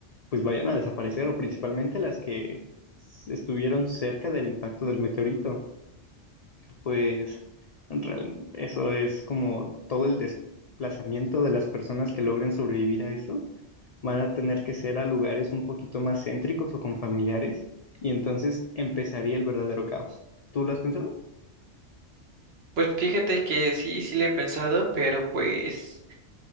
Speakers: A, on the left (about 70°); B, on the right (about 60°).
A: pues vayan a desaparecer, o principalmente las que s- estuvieron cerca del impacto del meteorito. Pues en real- eso es como todo el desplazamiento de las personas que logren sobrevivir a eso. Van a tener que ser a lugares un poquito más céntricos o con familiares, y entonces empezaría el verdadero caos. ¿Tú lo has pensado?
B: Pues fíjate que sí, sí le he pensado, pero pues